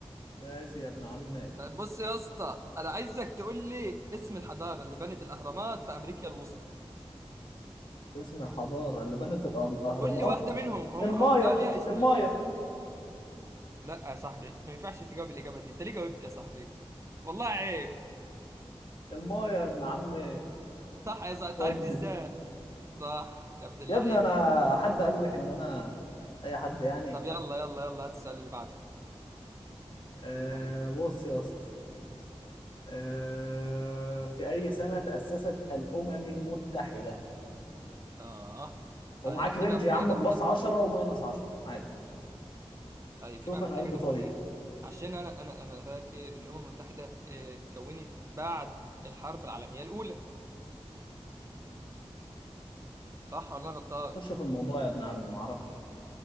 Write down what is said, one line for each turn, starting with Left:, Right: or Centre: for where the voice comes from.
Left: ماشي يا ابن عمي
Right: طيب بص يا اسطى انا عايزك تقول لي اسم الحضاره اللي بنت الاهرامات في امريكا الوسطى
Left: اسم الحضارة اللي بنت الأم- الأهرامات
Right: قول لي واحده منهم هم
Left: المايا
Right: هم اه ليها اسمين
Left: المايا
Right: لا يا صاحبي ما ينفعش تجاوب الاجابه دي انت ليه جاوبت يا صاحبي والله عيب
Left: المايا يا ابن عمي
Right: صح يا صاحبي انت
Left: ودي
Right: عرفت ازاي صح يا ابن اللعيبه
Left: يا ابني انا حد قال لك ان انا اي حد يعني
Right: طب يلا يلا يلا هات السؤال اللي بعده
Left: أه
Right: ابن اللعيبه
Left: بص يا اسطى أه في اي سنة تأسست الأمم المتحدة
Right: اه طيب
Left: ومعاك رينج
Right: دي بقى محتاجه
Left: يا عم
Right: تفكير
Left: بلس 10 وماينس 10 عادي
Right: طيب
Left: شوف
Right: دي بقى محتاجه
Left: انا قلبي
Right: تفكير
Left: طيب
Right: عشان انا انا انا فاكر ان الامم المتحده آه، اتكونت بعد الحرب العالميه الاولى صح ولا انا غلطان
Left: خش في الموضوع يا ابن عم ما اعرفش